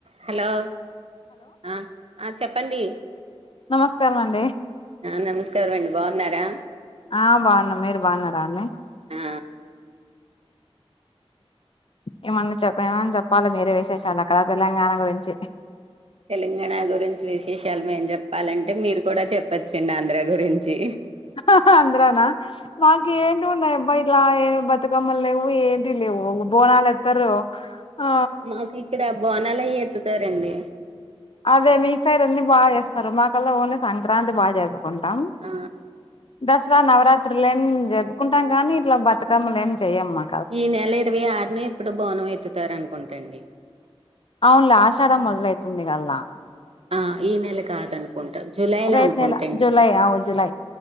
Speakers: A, on the right; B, on the left.
A: Hello ఆ ఆ చెప్పండి
B: నమస్కారం అండి
A: ఆ నమస్కారం అండి బావున్నారా
B: ఆ బావునం మీరు బావున్నరా అండి
A: ఆ
B: ఏమన్నా చెప్ప ఏమన్నా చెప్పాలి మీరే విశేషాలు అక్కడ తెలంగాణ గురించి
A: తెలంగాణ గురించి విశేషాలు మేం చెప్పాలంటే మీరు కూడా చెప్పచ్చండి ఆంధ్ర గురించి
B: ఆహ హ ఆంధ్ర నా మకు ఏంటివి ఉన్నాయి అబ ఇ ఇలా ఏ బతుకమ్మల్ లేవు ఏంటి లెవ్వు బోనాలత్తరు ఆ
A: మాకు ఇక్కడ బోనాలయే ఎత్తుతారండి
B: అదే మిగతాయి అన్ని బాగా చేస్తారు మాకల్లా ఓన్లీ సంక్రాంతి బాగా జరుపుకుంటాం
A: ఆ
B: దసరా నవరాత్రులు ఏం జరుపుకుంటాం కానీ ఇట్లా బతుకమ్మలు ఏమి చెయ్యమ్మా
A: ఈ నెల ఇరవై ఆరునే ఎప్పుడు బోనం ఎత్తుతారు అనుకుంటండి
B: అవునులే ఆషడ మొదలైతుంది కల్లా
A: ఆ ఈ నెల కాదు అనుకుంట జూలైలో
B: రేపు
A: అనుకుంటాండి
B: నెల జూలై అవు జూలై